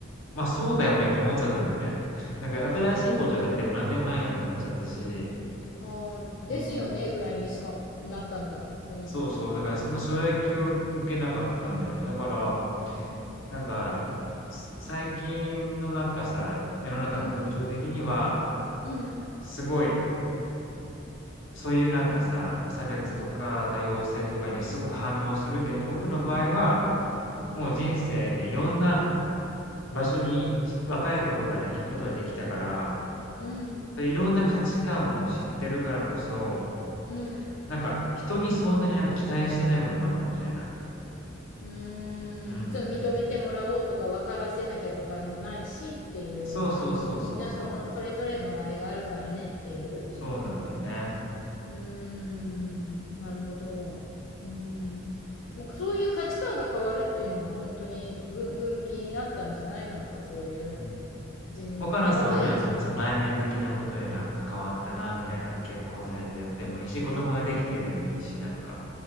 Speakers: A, on the left (about 80°); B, on the left (about 65°).
A: まあそうだよねと思っちゃったんだよね。<laughs> なんか新しいことをやっても何でもないなと思っちゃったし、
B: ああ、ですよねぐらいにしかなったんだ。
A: うん、
B: その。
A: そうそう、だからそんな衝撃を受けなかったんだよね。
B: うん。
A: だから、
B: うん。
A: なんか、す最近のなんかさ、世の中の風潮的には、
B: うん。うん。
A: すごい、そういうなんかさ、差別とか多様性とかにすごく反応するけど、
B: うん。
A: 僕の場合は、
B: うん。
A: もう人生でいろんな場所にち若い頃から行くことができたから、
B: うん。
A: そういういろんな価値観を知ってるからこそ、
B: うん。
A: なんか人にそんなになんか期待してないこともあるかもしれない。
B: うん。
A: うん。
B: ちょっと認めてもらおうとか分からせなきゃとかもないしっていうような。
A: そうそうそうそうそう。
B: みんなその、それぞれのあれがあるからねっていう。
A: そうなんだよね。
B: うーん、なるほど。うーん。もうそういう価値観が変わるっていうのは本当に分、分岐になったんじゃないなんかそういう
A: うん。
B: 自分のね、
A: 若菜さんはないのなんかその内面的なことでなんか変わったなみたいな、
B: 若いうちの方が。
A: 結婚されてでもいいし、子供ができてでもいいし、なんか。